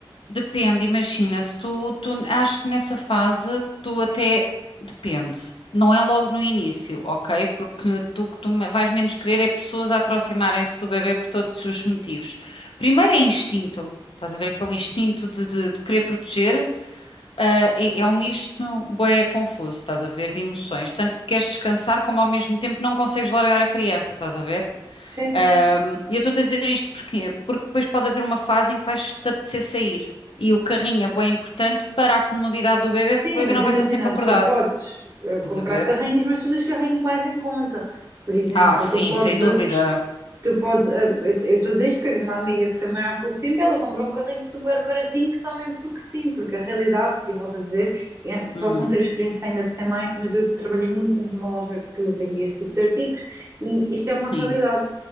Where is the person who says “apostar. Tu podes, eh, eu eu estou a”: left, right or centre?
Right